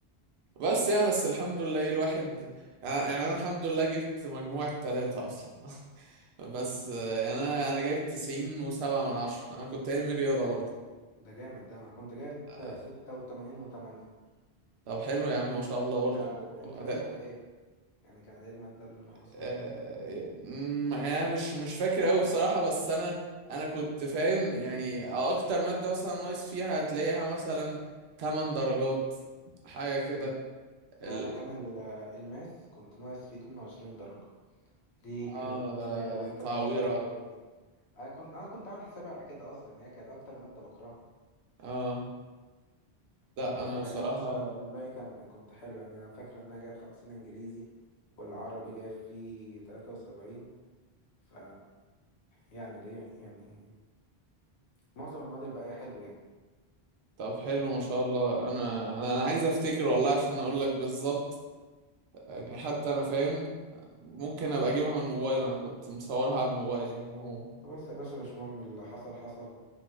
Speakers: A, on the right; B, on the left.
A: بس يعني بس الحمد لله ايه الواحد يعني يعني انا الحمد لله جبت مجموعة ثلاثة اصلا <laughs> بس
B: امم
A: آه، انا انا جايب تسعين وسبعة من عشرة انا كنت علمي رياضة برضه
B: ده جامد ده انا كنت جايب
A: آه،
B: ستة وتمانين وتمانية
A: طب حلو يا عم ما شاء الله
B: انت
A: برضه
B: انت ناقصت
A: اداء
B: في ايه يعني كان ايه المادة اللي ناقصاك
A: آه، م- يعني انا مش مش فاكر قوي بصراحة بس انا انا كنت فاهم يعني اكتر مادة مثلا ناقص فيها هتلاقيها مثلا 8 درجات حاجة كده
B: مم. لا
A: ال...
B: انا كان ال- الماس كنت ناقص فيه 22 درجة دي
A: اه
B: كانت
A: ده
B: هي
A: دي
B: اكتر
A: تعويرة
B: مادة قاضية انا كنت انا كنت عامل حسابي على كده اصلا يعني هي كانت اكتر ماده بكرهها
A: اه لا
B: فبس
A: انا بصراحة
B: لكن مثلا الباقي كان كنت حلو يعني انا فاكر ان انا جايب 50 انجليزي والعربي جايب فيه 73 ف يعني دي يعني معظم المواد الباقيه حلو يعني
A: طب حلو ما شاء الله انا انا أنا عايز افتكر والله عشان اقول لك بالظبط
B: مم.
A: يعني حتى انا فاهم ممكن ابقى اجيبها من الموبايل انا كنت مصورها على الموبايل يعني هو
B: خلاص يا باشا مش مهم اللي حصل حصل